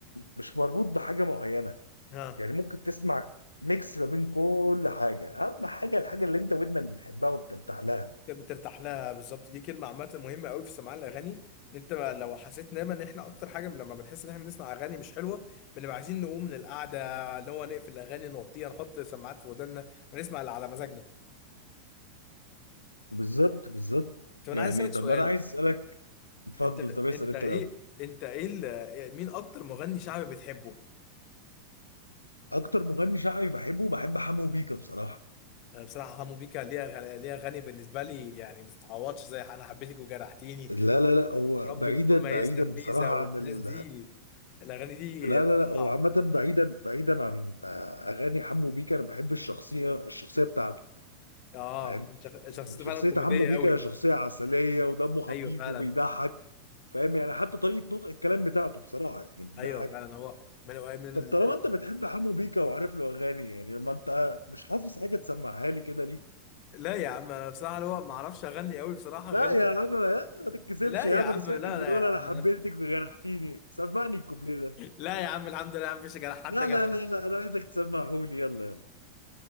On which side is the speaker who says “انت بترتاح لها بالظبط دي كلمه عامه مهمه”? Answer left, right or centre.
Left